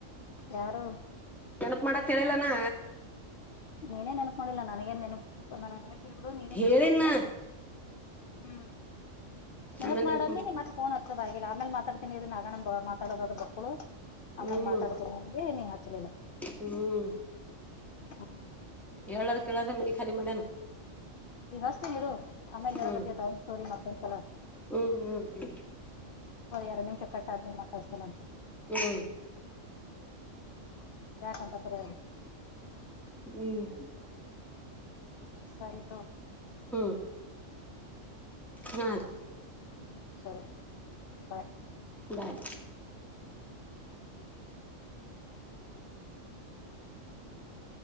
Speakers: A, on the left (about 50°); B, in the centre.
A: ಯಾರು
B: ಮಾಡತ್ತ ಅಂತ ನಾ ಹೇಳಿಲ್ಲ ನಾ
A: ನೀನೇ ನೆನಪ ಮಾಡಿಲ್ಲ ನನಗೇನ್ ನೆನಪ ನನಗ ನೆನಪುಿಳ್ಬಿಡು ನೀನೇ
B: ಹೇಳಿನ
A: ನೆನಪು ಮಾಡಿಲ್ಲಾ ಹೂ ನೆನಪ
B: ಆಮೇಲೆ
A: ಮಾಡಣಿ
B: ನೆನ್ಪ
A: ಮತ್ತೆ ಫೋನ್ ಹತ ದ ಆಗಲ್ಲ ಮೇಲೆ ಮಾತಾಡ್ತೀನಿ ರೀ ನಾಗಣ್ಣ ಮಾತಾಡ ಆದ ಬೊಕ್ಳು ಅಮ್ಮನ್
B: ಹ್ಮ್
A: ಮಾತಾಡ್ತೀನಿ ನನ್ಗೆ ನೀ ಹತ್ತಲಿಲ್ಲ
B: ಹ್ಮ್
A: ಹೂ
B: ಹೇಳಾರ ಕೇಳಿದ್ರ ಮನೀ ಖಾಲಿ ಮಾಡೇಣ
A: ಈಗಷ್ಟ ಇರು ಆಮೇಲೆ ಹೇಳಕತಿ
B: ಹ್ಮ್
A: ತ ಒ ಸ್ಟೋರಿ ಮತ್ತೊಂದ್ಸಲ
B: ಹ್ಮ್ ಹ್ಮ್
A: ಎರಡು ನಿಮಿಷ ಕಟ್ಟಾದ್ಮೆ ಮತ್ತೆ ಅಚ್ಚನ ಅಂತ
B: ಹೂ
A: ಹ ಯಕಂತ ಪರ
B: ಹ್ಮ್ ಹ್ಮ್ ಹ್ಮ್
A: ಸರಿ ತಗೋ
B: ಹೂ ಹ
A: ಹೂ ಹ ಸರಿ ಬಾಯ್
B: ಬಾಯ್
A: ಹ ಹ